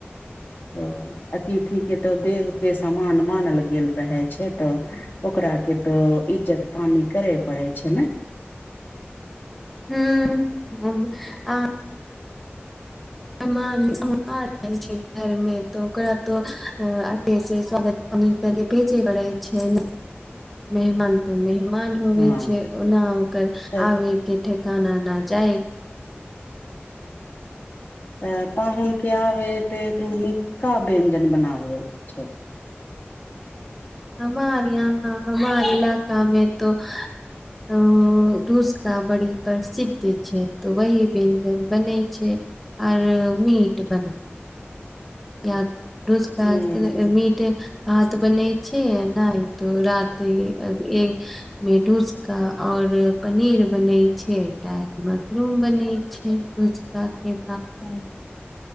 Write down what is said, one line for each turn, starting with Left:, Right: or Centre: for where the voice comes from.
Left: तऽ अतिथि के तऽ देव के समान मानल गेल रहे छै तऽ ओकरा केँ तोऽ इज्जत पानी करे पड़े छै नऽ
Centre: हूँ अब आ मेहमान रहै छै घरमे तो ओकरा तो आगे सँ स्वागत कनी कनी भेजे पड़ै छै नऽ मेहमान तऽ मेहमान होवे
Left: हँ
Centre: छै ओना ओकर
Left: तऽ
Centre: आबे केँ ठेकाना नऽ जाय
Left: तऽ पाहुन केँ आबे पे तो उ नीकका व्यंजन बनाबे छै
Centre: हमार यहाँ हमार इलाकामे तो ओ टूस्क का बड़ी प्रसिद्ध छै तो वही व्यंजन बनै छै और मीट बने या <unintelligible>
Left: हूँ
Centre: मिट भात बनै छै आ नहि तो रात <unintelligible> मेडूसका और पनीर बनै छै चाहे मशरूम बनै छै <unintelligible> केँ
Left: हँ